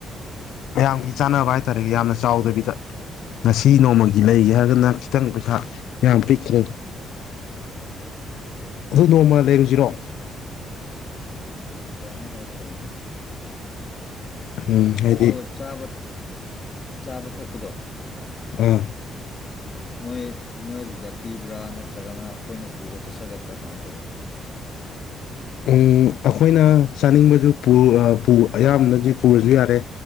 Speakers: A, on the left; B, on the left.
A: ꯃꯌꯥꯝꯒꯤ ꯆꯥꯅꯕ ꯍꯥꯏꯇꯥꯥꯔꯦ ꯌꯥꯝꯅ ꯆꯥꯎꯗꯕꯤꯗ ꯉꯁꯤ ꯅꯣꯡꯃꯒꯤ ꯂꯩꯒꯦ ꯍꯥꯏꯔꯒꯅ ꯈꯤꯇꯪ ꯄꯩꯁꯥ ꯌꯥꯝ ꯄꯤꯛꯈ꯭ꯔꯦ ꯑꯗꯨ ꯅꯣꯡꯃ ꯂꯩꯔꯨꯁꯤꯔꯣ
B: ꯌꯥꯏ ꯅꯣꯡꯃ ꯂꯩꯔꯤꯁꯤꯅꯦ
A: ꯎꯝ ꯍꯥꯏꯗꯤ
B: ꯑꯗꯣ ꯆꯥꯕ ꯆꯥꯕ ꯊꯛꯄꯗꯣ
A: ꯑ
B: ꯃꯣꯏ ꯃꯣꯏ ꯑꯗꯨꯗ ꯄꯤꯕ꯭ꯔꯥ ꯅꯠꯇ꯭ꯔꯒꯅ ꯑꯩꯈꯣꯏꯅ ꯄꯨꯔ ꯆꯠꯆꯒꯗ꯭ꯔꯥ ꯀꯃꯥꯏꯅ ꯇꯧꯋꯤ ꯑꯗꯨꯗꯤ
A: ꯎꯝ ꯑꯩꯈꯣꯏꯅ ꯆꯥꯅꯤꯡꯕꯗꯨ ꯄꯨꯑꯥ ꯑꯌꯥꯝꯕꯅꯗꯤ ꯄꯨꯔꯁꯨ ꯌꯥꯔꯦ